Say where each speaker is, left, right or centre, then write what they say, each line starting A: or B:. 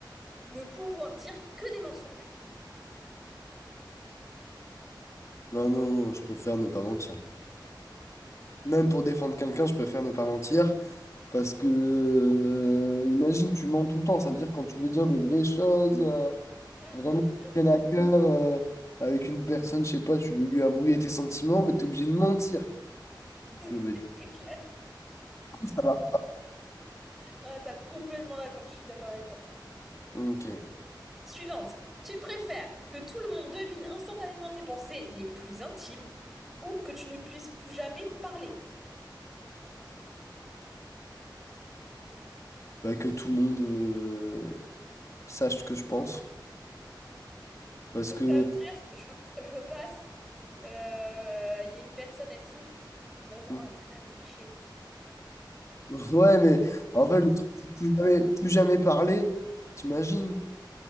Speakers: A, in the centre; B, on the left.
A: ne pouvoir dire que des mensonges.
B: Non, non, non, je préfère ne pas mentir. Même pour défendre quelqu'un, je préfère ne pas mentir. Parce que, euh, imagine, tu mens tout le temps. Ça veut dire quand tu veux dire des vraies choses, euh,
A: Ouais,
B: vraiment
A: tu
B: qui te
A: veux dire-
B: tiennent à cœur, euh, avec une personne, je sais pas, tu veux lui avouer tes sentiments, mais t'es obligé de mentir. Parce
A: <laughs>
B: que, bah, du
A: c'est clair.
B: coup, ça va.
A: Ah, t'as complètement d'accord, je suis d'accord avec toi.
B: Ok.
A: Suivante. Tu préfères que tout le monde devine instantanément tes pensées les plus intimes ou que tu ne puisses plus jamais parler?
B: Bah, que tout le monde euh, sache ce que je pense. Parce
A: Donc
B: que.
A: ça veut dire, je, je passe, euh, il y a une personne, elle saoule, on m'entend,
B: Mm.
A: ah, celle-là, elle me fait chier.
B: Ouais, mais en fait, le truc, c'est plus jamais, plus jamais parler, t'imagines?